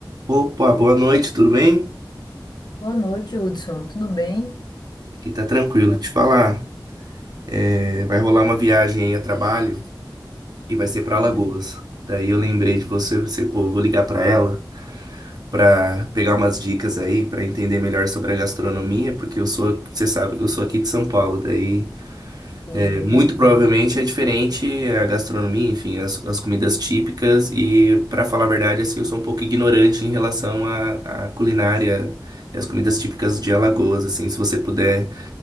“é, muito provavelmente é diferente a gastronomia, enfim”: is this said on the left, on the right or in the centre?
Right